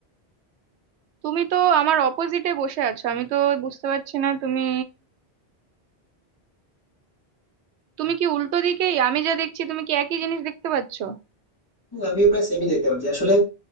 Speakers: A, on the right (about 85°); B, on the left (about 20°).
A: তুমি তো আমার অপোজিটে বসে আছো আমি তো বুঝতে পারছি না তুমি তুমি কি উল্টো দিকেই আমি যা দেখছি তুমি কি একই জিনিস দেখতে পাচ্ছো
B: আমিও প্রায় সেমই দেখতে পাচ্ছি আসলে